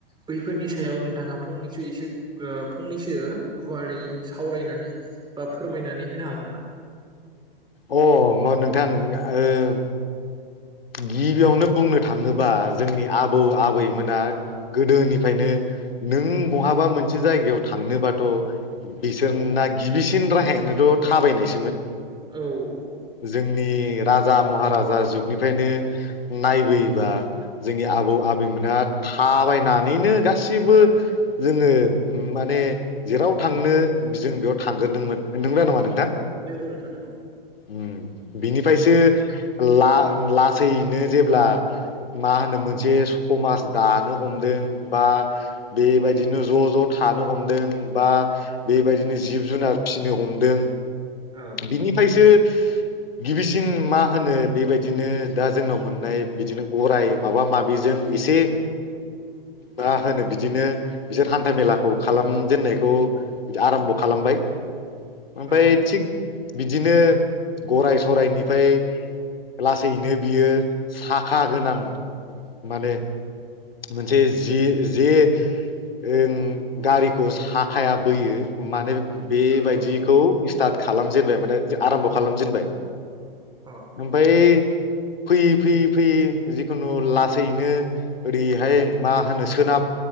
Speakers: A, on the right (about 15°); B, on the left (about 75°).
A: बैफोरनि सायाव नोंथाङा फंनैसो एसे ओ फंनैसो गुवारै सावरायनानै बा फोरमायनानै होनो हागोन ना?
B: अ मो नोंथां ओं गिबियावनो बुंनो थाङोबा जोंनि आबौ आबैमोना गोदोनिफ्रायनो नों बहाबा मोनसे जायगायाव थांनोबाथ' बिसोर
A: औ
B: ना गिबि फिन राहायानोथ' थाबायनायसोमोन।
A: औ औ
B: जोंनि राजा महाराजा जुग निफ्रायनो नायबोयोबा जोंनि आबौ आबैमोना थाबायनानैनो गासिबो जोङो माने जेराव थांनो जों बेयाव थांग्रोदोंमोन नंगौना नङा नोंथां?
A: नोंगौ नोंथां नोंगौ।
B: उम बिनिफ्रायसो ला लासैनो जेब्ला मा होनो मोनसे समाज दानो हमदों बा बेबायदिनो ज' ज' थानो हमदों बा बेबायदिनो जिब जुनार फिसिनो हमदों
A: औ
B: बिनिफ्रायसो गिबिसिन मा होनो बेबायदिनो दा जोंनाव मोननाय बिदिनो गराय माबा माबिजों एसे मा होनो बिदिनो बिसोर हान्था मेलाखौ खालामजेननायखौ आरामब खालामबाय। आमफ्राय
A: औ
B: थिग बिदिनो गराय सरायनिफ्राय लासैनो बियो साखा गोनां माने मोनसे जि जे ओं गारिखौ साखाया बोयो माने बे बायदिखौ
A: औ औ
B: खालामजेनबाय माने आरामब खालामजेनबाय
A: औ
B: ओमफ्राय फैयै फैयै फैयै जिखुनु लासैनो ओरैहाय मा होनो सोनाब